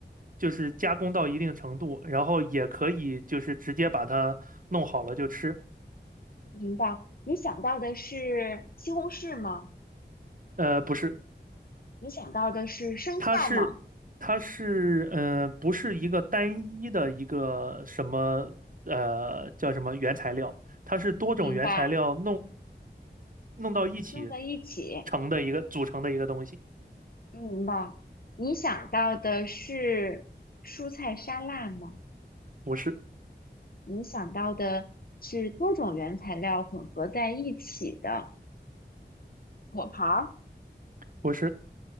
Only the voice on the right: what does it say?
就是加工到一定程度，然后也可以就是直接把它弄好了就吃。
呃，不是。
它是它是呃，不是一个单一的一个什么呃叫什么原材料，它是多种原材料弄
弄到一起
成的一个组成的一个东西，
不是
不是，